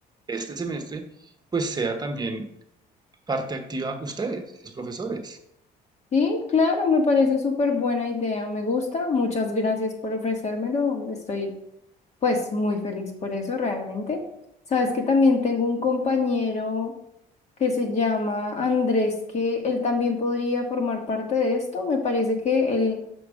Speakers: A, on the right (about 25°); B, on the left (about 40°).
A: este semestre, pues sea también parte activa ustedes, los profesores.
B: Sí, claro, me parece súper buena idea, me gusta. Muchas gracias por ofrecérmelo. Estoy Pues muy feliz por eso, realmente. Sabes que también tengo un compañero que se llama Andrés, que él también podría formar parte de esto. Me parece que él